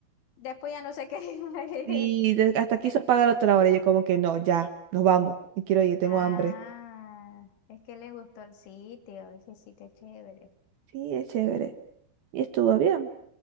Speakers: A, on the left; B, on the right.
A: Después ya no sé qué.
B: Y
A: <laughs>
B: de- hasta quiso
A: Eh,
B: pagar otra hora. y Yo como que no, ya, nos vamos. Me quiero ir, tengo
A: Ah,
B: hambre.
A: es que le gustó el sitio, ese sitio es chévere.
B: Sí, es chévere. Y estuvo bien,